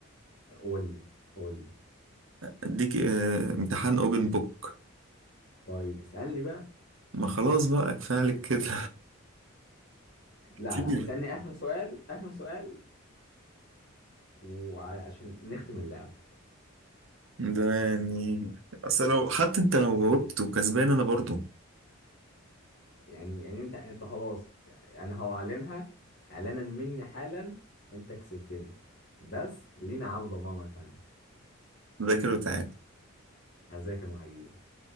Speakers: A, on the left; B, on the right.
A: قول لي قول لي
B: أديك آه، امتحان أوبن بوك
A: طيب اسألني بقى
B: ما خلاص بقى كفاية عليك كده <laughs>
A: لا
B: كتير
A: لا اسألني آخر سؤال آخر سؤال وعشان نختم اللعبة
B: ده يعني أصل لو حتى أنت لو جاوبت وكسبان أنا برضه
A: يعني يعني انت انت خلاص يعني هعلنها اعلانا مني حالا انت كسبتني بس لينا عودة مرة تانية
B: ذاكر وتعال
A: هذاك وهجيلك